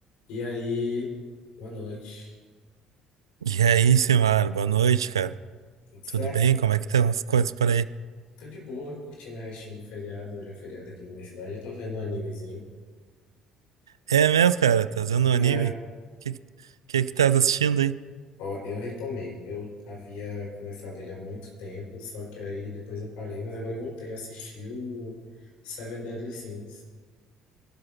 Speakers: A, on the left; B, on the right.
A: E aí, boa noite.
B: E aí, Simar, boa noite, cara.
A: Tudo certo,
B: Tudo bem?
A: brother?
B: Como é que estão as coisas por aí?
A: Tô de boa, curtindo o restinho do feriado. Hoje é feriado aqui na minha cidade. Eu tô vendo um animezinho.
B: É mesmo, cara? Tá vendo
A: É.
B: um anime? O que que, que que tá assistindo aí?
A: Ó, eu retomei. Eu havia começado ele há muito tempo, só que aí depois eu parei, mas agora eu voltei a assistir o Seven Deadly Sins,